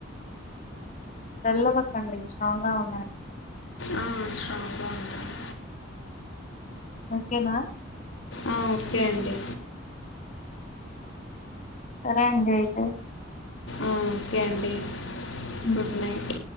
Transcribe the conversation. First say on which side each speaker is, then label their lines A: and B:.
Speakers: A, on the left; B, on the left.
A: డల్లుగా వద్దండి స్ట్రాంగ్ గా ఉండండి
B: ఆ స్ట్రాంగ్గా ఉంటాను
A: ఓకేనా
B: ఆ ఓకే అండి
A: సరే అండి అయితే
B: ఆ ఓకే అండి
A: ఉ
B: గుడ్ నైట్